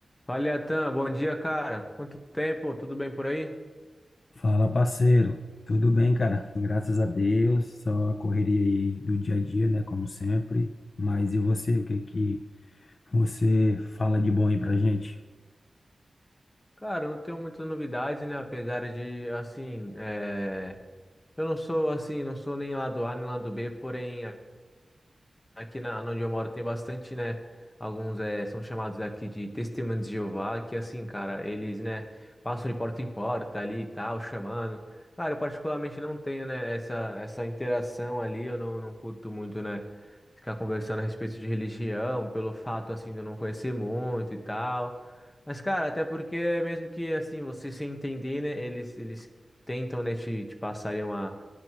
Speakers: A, on the left; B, on the left.
A: Fala, Atan, bom dia, cara. Quanto tempo? Tudo bem por aí?
B: Fala, parceiro. Tudo bem, cara? Graças a Deus. Só a correria aí do dia a dia, né? Como sempre. Mas e você? O que é que você fala de bom aí pra gente?
A: Cara, eu não tenho muitas novidades, né? Apesar de, assim, é, eu não sou assim, não sou nem lado A nem lado B, porém Aqui na, onde eu moro tem bastante, né? Alguns eh, são chamados aqui de testemunhos de Jeová, que assim, cara, eles, né, passam de porta em porta ali e tal, chamando. Cara, eu particularmente não tenho, né, essa, essa interação ali, eu não, não curto muito, né, ficar conversando a respeito de religião, pelo fato, assim, de eu não conhecer muito e tal. Mas, cara, até porque mesmo que, assim, você se entender, né, eles, eles tentam, né, te, te passarem uma,